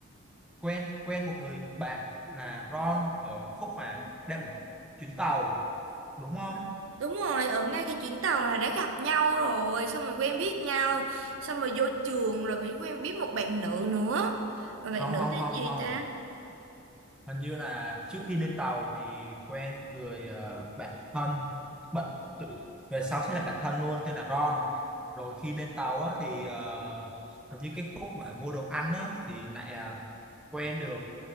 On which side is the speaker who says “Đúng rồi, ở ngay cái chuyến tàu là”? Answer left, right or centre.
Right